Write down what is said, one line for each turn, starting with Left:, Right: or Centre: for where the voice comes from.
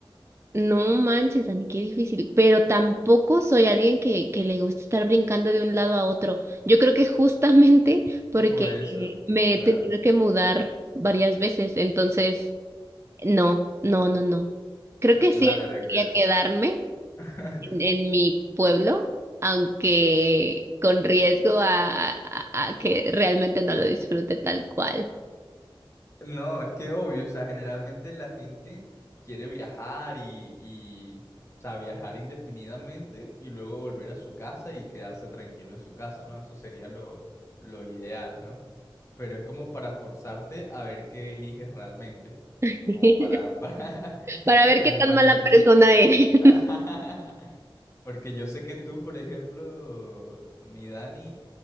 Right: no manches, Dani, qué difícil, pero tampoco soy alguien que, que le gusta estar brincando de un lado a otro. Yo creo que justamente porque
Left: Por eso,
Right: eh, me
Left: claro,
Right: he tenido que mudar varias veces, entonces, no, no, no, no. Creo que
Left: claro,
Right: sí
Left: claro.
Right: quería quedarme,
Left: <laughs>
Right: en, en mi pueblo, aunque con riesgo a, a- a- a que realmente no lo disfrute tal cual.
Left: No, es que obvio, o sea, generalmente la gente quiere viajar y, y, o sea, viajar indefinidamente y luego volver a su casa y quedarse tranquilo en su casa, ¿no? Eso sería lo, lo ideal, ¿no? Pero es como para forzarte a ver qué eliges realmente,
Right: <laughs>
Left: como para, <laughs> para-
Right: Para
Left: porque
Right: ver qué
Left: me
Right: tan
Left: imagino
Right: mala
Left: que...
Right: persona eres. <laughs>
Left: <laughs> Porque yo sé que tú, por ejemplo, mi Dani,